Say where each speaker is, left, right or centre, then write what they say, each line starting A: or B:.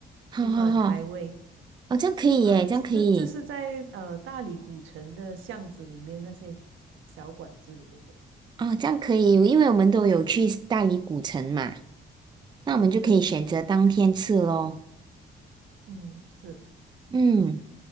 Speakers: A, on the right; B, on the right.
A: 好好好，
B: 听说很开胃
A: 哦，这样可以耶，
B: 啊，
A: 这样可以，
B: 这这是在呃大理古城的巷子里面那些小馆子里面有。的。
A: 哦，这样可以，因为我们都有去大理古城嘛，那我们就可以选择当天吃咯。
B: 嗯，对，嗯，是。
A: 嗯，